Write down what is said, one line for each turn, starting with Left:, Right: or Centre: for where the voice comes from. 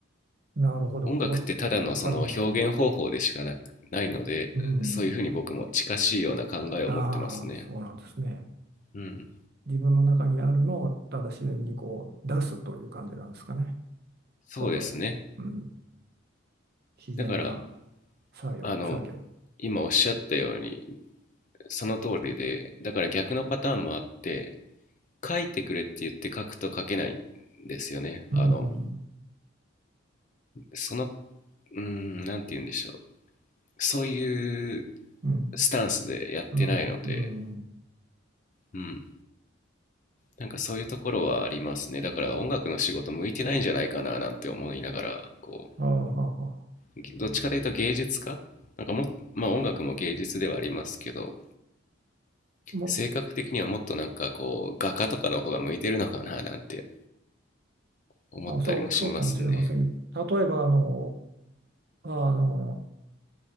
Right: なるほどこ
Left: 音楽ってただのその表現方法でしかなく、
Right: うわかりますうん
Left: ないので、
Right: うん
Left: そういうふうに僕も近しいような考えを持ってますね。
Right: ああ、そうなんですね。
Left: うん、
Right: 自分の中にあるのをただ自然にこう出すという感じなんですかね。
Left: そうですね。
Right: 外へ。うん。自然な
Left: だから、
Right: 作業、
Left: あの、
Right: 作業。
Left: 今おっしゃったように、その通りで、だから逆のパターンもあって、書いてくれって言って書くと書けないんですよね。
Right: うん。
Left: あの、その、うーん、なんて言うんでしょう。そういう
Right: うん。
Left: スタンスでやってないので、
Right: うん。うん。
Left: うん、なんかそういうところはありますね。だから音楽の仕事向いてないんじゃないかななんて思いながら、こ
Right: ああ、はあは
Left: う、どっちかというと芸術家なんかもまあ音楽も芸術ではありますけど、
Right: あも
Left: 性格的にはもっとなんかこう、画家とかの方が向いてるのかななんて思ったりもしますね。
Right: あ、そう、そうかもしれませんけど、例えば、あの、あの、